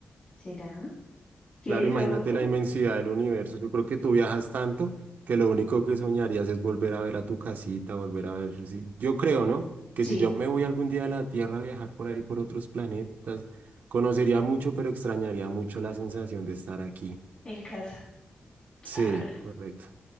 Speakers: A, on the left (about 35°); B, on the right (about 80°).
A: ¿Será? Qué
B: Claro,
A: loco.
B: imagínate la inmensidad del universo. Yo creo que tú viajas tanto que lo único que soñarías es volver a ver a tu casita, volver a ver. sí. Yo creo, ¿no? Que
A: Sí,
B: si yo me voy algún día a la Tierra a viajar por ahí, por otros planetas, conocería mucho, pero extrañaría mucho la sensación de estar aquí.
A: en casa. Claro.
B: Sí, correcto.